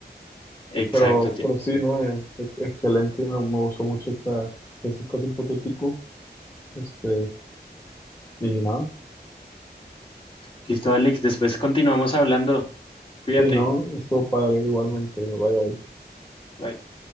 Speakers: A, on the left (about 30°); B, on the left (about 15°).
A: Exacto.
B: Pero,
A: te-
B: pero sí, ¿no? Eh, ex- excelente, me, me gustó mucho esta, este caso hipotético. Este, y nada,
A: Listo, Alex. Después continuamos hablando. Cuídate.
B: sí, ¿no? Estuvo padre igualmente. Bye, bye.
A: Bye.